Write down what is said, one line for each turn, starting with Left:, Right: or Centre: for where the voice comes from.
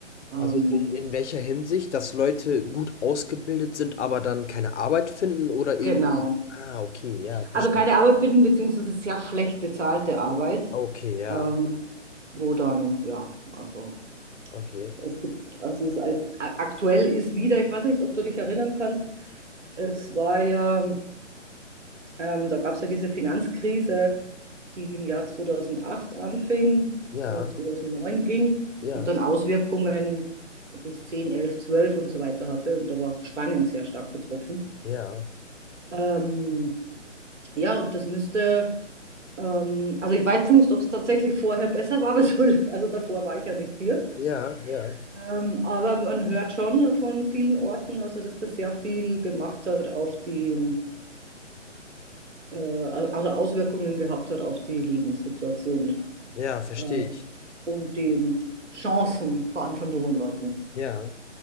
Right: Ähm,
Left: Also in, in welcher Hinsicht, dass Leute gut ausgebildet sind, aber dann keine Arbeit finden oder irgendwie.
Right: genau.
Left: Ah, okay, ja, verstehe.
Right: Also keine Arbeit finden, beziehungsweise sehr schlecht bezahlte Arbeit,
Left: Okay, ja,
Right: ähm, wo dann, ja, also.
Left: okay.
Right: Es gibt, also es als, aktuell ist wieder, ich weiß nicht, ob du dich erinnern kannst, es war ja Ähm, da gab es ja diese Finanzkrise, die im Jahr 2008 anfing,
Left: Ja,
Right: äh, 2009 ging
Left: ja,
Right: und dann Auswirkungen bis 10, 11, 12 und so weiter hatte. Und da war Spanien sehr stark betroffen.
Left: ja,
Right: Ähm, ja, und das müsste, ähm, also ich weiß nicht, ob es tatsächlich vorher besser war, <laughs> aber so, also davor war ich ja nicht hier.
Left: ja, ja,
Right: Ähm, aber man hört schon von vielen Orten, also dass das sehr viel gemacht hat auf die, äh, also Auswirkungen gehabt hat auf die Lebenssituation
Left: ja, verstehe
Right: äh,
Left: ich.
Right: und den Chancen, vor allem von jungen Leuten.
Left: Ja.